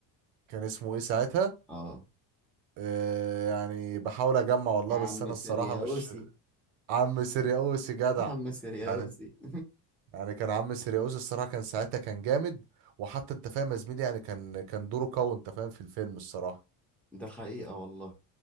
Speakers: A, on the right; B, in the centre.
A: كان اسمه ايه ساعتها
B: اه
A: آه يعني بحاول اجمع والله
B: عم
A: بس انا
B: سرياوسي
A: الصراحة مش عم سيرياوس جدع
B: عم سرياوسي
A: يعني
B: <laughs>
A: يعني كان عم سيرياوس الصراحة كان ساعتها كان جامد وحتى انت فاهم يا زميلي يعني كان كان دوره قوي انت فاهم في الفيلم الصراحة
B: ده حقيقة والله